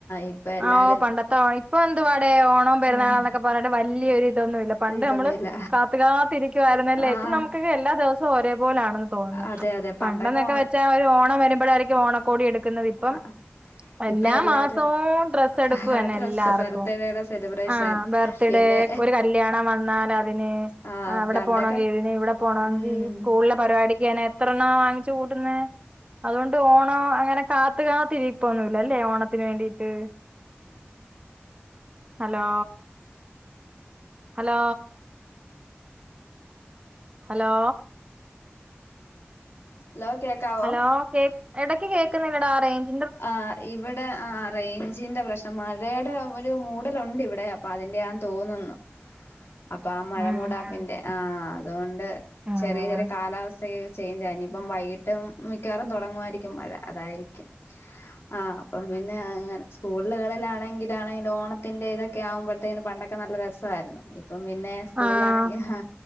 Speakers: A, on the left (about 80°); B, on the right (about 30°).
A: ഇപ്പൊ എല്ലാരും
B: ആ ഒ പണ്ടത്തെ ഇപ്പൊ എന്തുവാടെ ഓണം പെരുന്നാളാ
A: ഉം
B: ന്നൊക്കെ പറഞ്ഞിട്ട് വല്യ ഒരു ഇതൊന്നുല്ല പണ്ട്
A: ഇതൊന്നുമില്ല
B: നമ്മള് കാത്ത് കാത്ത് ഇരിക്കുവായിരുന്നല്ലേ
A: ആഹ്
B: ഇപ്പം നമുക്കൊക്കെ എല്ലാ ദിവസോ ഒരേ പൊ പോലാണെന്ന് തോന്നുന്നു
A: അതെ അതെ പണ്ടൊക്കെ
B: പണ്ടൊന്നൊക്കെ
A: ഓ
B: വെച്ച ഒരു ഓണം വരു ഇപ്പയാരിക്ക ഓണക്കോടി എടു ന്നതിഇപ്പം
A: ആഹ്
B: എല്ലാ
A: ഇപ്പൊ എല്ലാരും
B: മാസവും ഡ്രെസ്സ് എടുപ്പെന്നെ
A: ആ ഡ്രസ്സ്
B: എല്ലാർക്കും
A: ബർത്ത്ഡേയുടെ സെലിബ്രേഷൻ
B: ആ ബർത്ത്ഡേ
A: പിന്നെ
B: ഒരു കല്യാണം വന്നാലതിന്
A: ആ
B: അവിടെ
A: പണ്ടൊക്കെ
B: പോണങ്കി ഇതിന് ഇവിടെ പോണങ്കി
A: ഉം
B: ഈ സ്കൂളിലെ പരിപാടിക്ക്ന്നെ എത്രെണ്ണാ വാങ്ങിച്ചു കൂട്ടുന്നേ അതുകൊണ്ട് ഓണോ അങ്ങനെ കാത്ത് കാത്ത് ഇരി ഇപ്പൊന്നുല്ലല്ലേ ഓണത്തിന് വേണ്ടീട്ട് ഹലോ ഹലോ ഹലോ
A: ഹലോ കേക്കാവോ
B: ഹലോ കേ എടക്ക് കേക്കുന്നില്ല സാറേഞ്ച്
A: ആഹ് ഇവിടെ ആ റേഞ്ചിന്റെ പ്രശ്നം മഴയുടെ ഒരു മൂടലുണ്ടിവിടെ അപ്പൊ അതിന്റെ ആണെന്ന് തോന്നുന്നു അപ്പൊ ആ മഴ
B: ഉം
A: മൂടാപ്പിന്റെ ആ അതോണ്ട്
B: ആഹ്
A: ചെറിയ ചെറിയ കാലാവസ്ഥ <unintelligible> ചേഞ്ചായ് നിപ്പം വൈകിട്ട് മ് മിക്കവാറും തൊടങ്ങുവായിരിക്കും മഴ അതായിരിക്കും ആ അപ്പം പിന്നെ അങ്ങനെ സ്കൂള് <unintelligible> ഓണത്തിന്റെ ഇതൊക്കെ ആവുമ്പോയ്ത്തേണ് പണ്ടൊക്കെ നല്ല രസായിര്ന്ന് പ്പം പിന്നെ സ്കൂൾആണെങ്കി
B: ആഹ്
A: ഹ